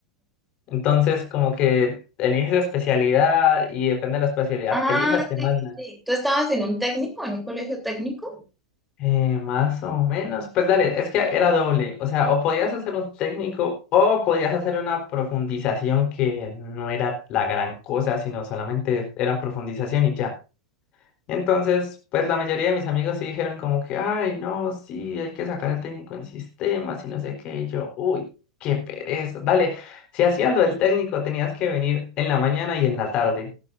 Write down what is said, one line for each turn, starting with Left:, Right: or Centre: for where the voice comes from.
Left: Entonces, como que eliges especialidad y depende de la especialidad
Centre: Ah,
Left: que elijas, te
Centre: sí,
Left: mandan.
Centre: sí, sí. ¿Tú estabas en un técnico, en un colegio técnico?
Left: Eh, más o menos. Pues dale, es que era doble. O sea, o podías hacer un técnico o podías hacer una profundización que no era la gran cosa, sino solamente era profundización y ya. Entonces, pues la mayoría de mis amigos sí dijeron como que, ay, no, sí, hay que sacar el técnico en sistemas y no sé qué. Y yo, uy, qué pereza. Dale, si hacías lo del técnico tenías que venir en la mañana y en la tarde.